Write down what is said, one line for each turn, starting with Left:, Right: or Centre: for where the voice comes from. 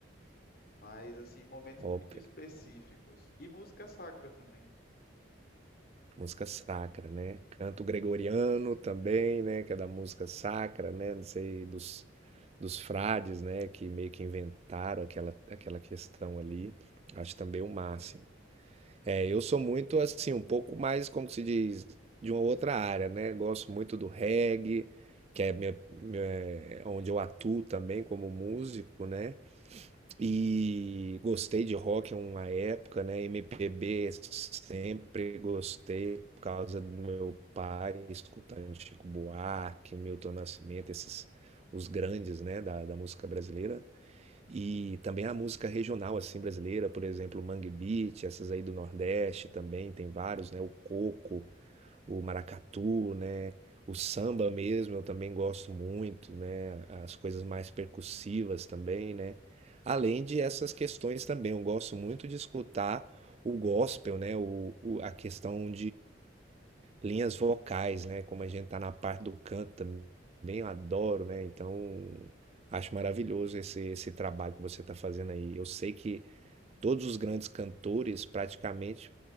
Left: mas assim, em momentos
Right: ópera,
Left: muito específicos e música sacra também.
Right: música sacra, né? Canto gregoriano também, né? Que é da música sacra, né? Não sei, dos, dos frades, né? Que meio que inventaram aquela, aquela questão ali. Acho também o máximo. É, eu sou muito assim, um pouco mais, como que se diz, de uma outra área, né? Gosto muito do reggae, que é, minha, minha- é onde eu atuo também como músico, né? E gostei de rock em uma época, né? MPB sempre gostei por causa do meu pai, escutando Chico Buarque, Milton Nascimento, esses os grandes, né, da, da música brasileira. E também a música regional assim brasileira, por exemplo, Mangue Beat, essas aí do Nordeste também tem vários, né? O coco, o maracatu, né? O samba mesmo eu também gosto muito, né? As coisas mais percussivas também, né? Além de essas questões também, eu gosto muito de escutar o gospel, né? O, o- a questão linhas vocais, né? Como a gente tá na parte do canto também, eu adoro, né? Então, acho maravilhoso esse, esse trabalho que você tá fazendo aí. Eu sei que todos os grandes cantores, praticamente